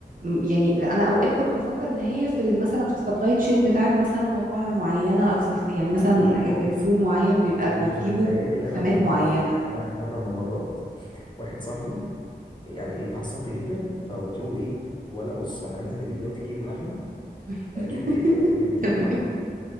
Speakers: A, on the right; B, on the left.
A: يعني انا اوقات كنت بفكر ان هي في ال- مثلا في السبلاي تشين بتاعت مثلا مطاعم معينه او سلس يعني مثلا
B: <laughs> لا خالص
A: ال- الفول معين بيبقى
B: انت انت
A: بيجيبوا
B: مش متخيلي اللي
A: خامات
B: انا بقوله
A: معينه
B: دلوقتي انا في مره من المرات واحد صاحبي يعني اتعصبت جدا فقلت له ايه ولا بص انا هنزل اجيب دلوقتي كيلو لحمه
A: <laughs>
B: آه، كيلو كبده من مكان
A: تمام
B: معين